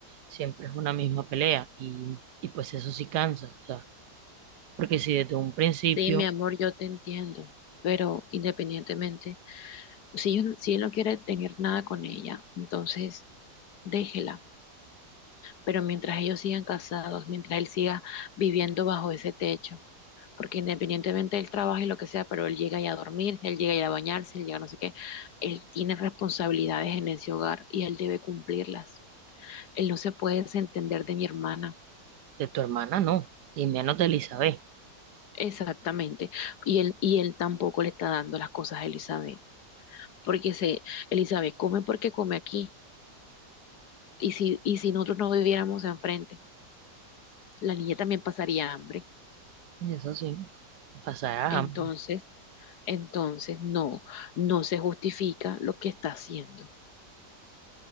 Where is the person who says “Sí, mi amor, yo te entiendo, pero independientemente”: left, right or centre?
Left